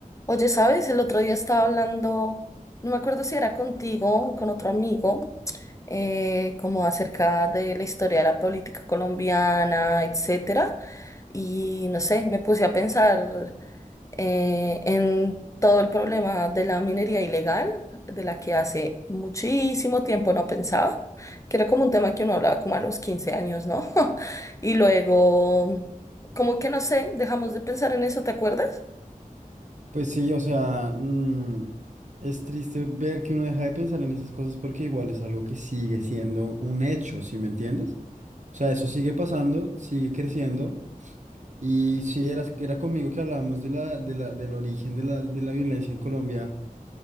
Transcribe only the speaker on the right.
Pues sí, o sea, mm, es triste ver que uno deja de pensar en esas cosas porque igual es algo que sigue siendo un hecho, ¿sí me entiendes? O sea, eso sigue pasando, sigue creciendo. Y sí, era, era conmigo que hablábamos de la, de la, del origen de la, de la violencia en Colombia.